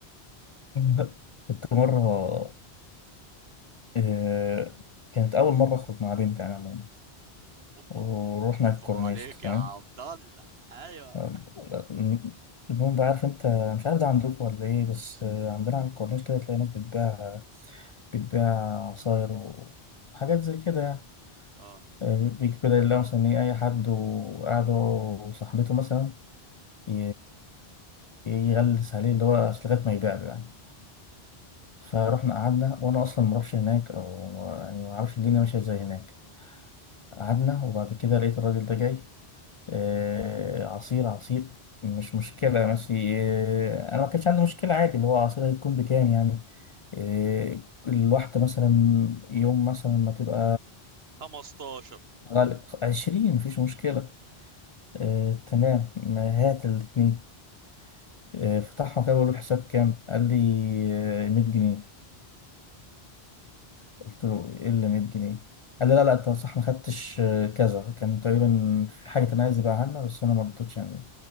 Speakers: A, on the left; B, on the right.
A: لا، كنت مرة آه، كانت أول مرة أخرج مع بنت أنا عموما
B: اوبا
A: ورحنا
B: اوبا
A: الكورنيش
B: عليك
A: تمام
B: يا عبد الله ايوه
A: آم، المهم بقى عارف أنت مش عارف ده عندكم ولا إيه بس آه، عندنا على الكورنيش كده تلاقي ناس بتبيع بتبيع عصاير وحاجات زي كده يعني
B: اه
A: آه، بيجي كده يلاقوا مثلا إيه أي حد وقاعد هو وصاحبته مثلا ي- يغلس عليه اللي هو أصل لغاية ما يبيع له يعني فروحنا قعدنا وأنا أصلا ما اعرفش هناك أو يعني ما اعرفش الدنيا ماشية ازاي هناك قعدنا وبعد كده لقيت الراجل ده جاي آه، عصير عصير مش مشكلة بس آه، أنا ما كانش عندي مشكلة عادي اللي هو عصير هيكون بكام يعني آه، الواحدة مثلا يوم مثلا ما تبقى
B: 15
A: غالب عشرين مفيش مشكلة آه، تمام ما هات الاتنين آه، فتحهم كده بقول له الحساب كام قال لي آه، 100 جنيه قلت له ايه اللي 100 جنيه قال لي لا لا انت صح ما خدتش آه، كذا كان تقريبا في حاجه انا عايز يبيعها لنا بس انا ما رضيتش يعني